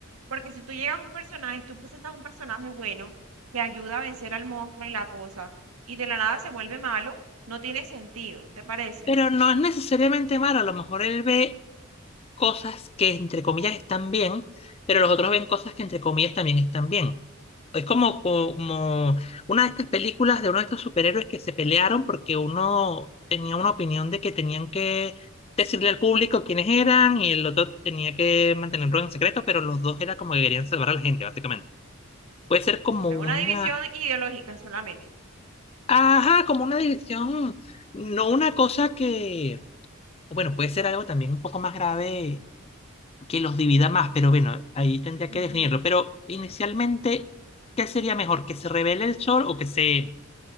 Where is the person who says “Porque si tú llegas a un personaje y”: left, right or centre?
Right